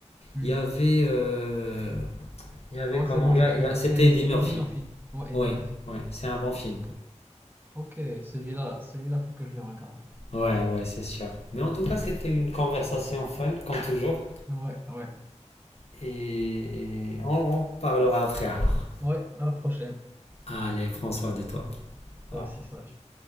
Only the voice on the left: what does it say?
Il y avait, euh, il y avait
comment,
il
y a-
il y a- c'était
Eddie
Murphy.
Oui,
oui, c'est un bon film.
Ouais, ouais, c'est sûr. Mais en tout cas, c'était une conversation fun, comme toujours.
Et, et on, on parlera après alors.
Allez, François, de toi.
Au revoir.